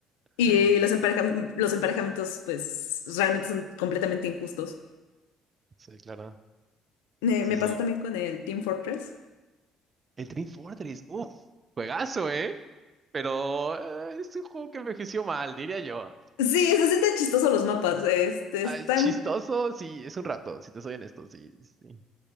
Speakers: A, on the left; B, on the right.
A: y
B: <laughs>
A: los empareja- los emparejamientos pues realmente son completamente injustos.
B: Sí, claro.
A: Me,
B: Sí,
A: me
B: sí.
A: pasó también con el Team Fortress.
B: El Team Fortress, uff, Juegazo, ¿eh? Pero eh, es un juego que envejeció mal, diría yo.
A: Sí, se sienten chistosos los mapas. Este,
B: Ay,
A: están,
B: chistoso, sí, es un rato, si te soy honesto, sí, sí.